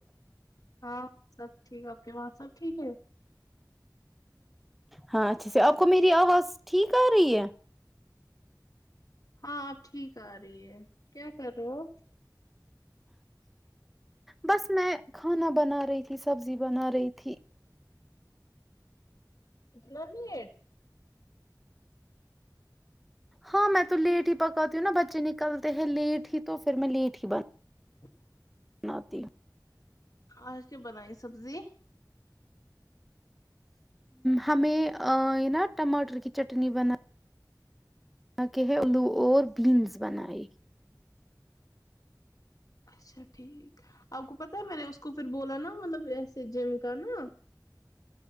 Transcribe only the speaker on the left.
ہاں سب ٹھیک آپ کے وہاں سب ٹھیک ہے
ہاں آپ ٹھیک آ رہی ہے کیا کر رہے ہو
اتنا رٹ
ہ
آج کی بنائی سبزی
اچھا ٹھیک آپ کو پتا ہے میں نے اس کو پھر بولا نا مطلب ایسے جم کا نا